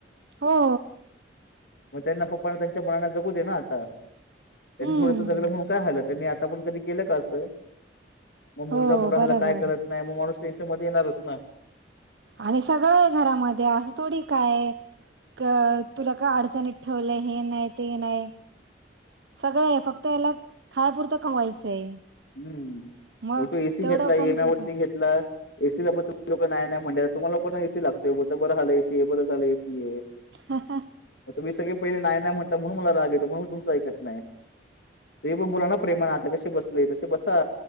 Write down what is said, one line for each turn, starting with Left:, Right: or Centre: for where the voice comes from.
Right: हो
Left: मग त्यांना पप्पाना त्यांच्या मनाना जगू दे ना आता त्यांनी
Right: हम्म
Left: थोडंसं जगलं म्हणून काय हरकत त्यांनी आता पण कधी केलं का असं मग मुलगा
Right: हो
Left: मोठा झाला
Right: बरोबर
Left: काय करत नाही मग माणूस पेशा मध्ये येणारच ना
Right: आणि सगळं ये घरामध्ये असं थोडी काय. अ तुला का अडचणीत ठेवलंय हे नाही ते नाही. सगळं आहे फक्त याला खायपुरतं कमवायचंय
Left: हम्म
Right: मग
Left: तो एसी
Right: तेवढं
Left: घेतला
Right: पण
Left: एम
Right: करत
Left: वरती घेतला एसीला पण तुही लोक नाहीय नाही म्हणायला तुम्हाला कोण ए स लातोय बठं बं झालं एसी आहे बरं झालं एसी आहे
Right: हा हा
Left: मी सगळे पहिले नाहीय नाही म्हणत म्हणून मला लागतो म्हणून मी तुमच ऐकत नाही. तु पण बोला ना प्रेमाणा आता कसे बसले कसे बसा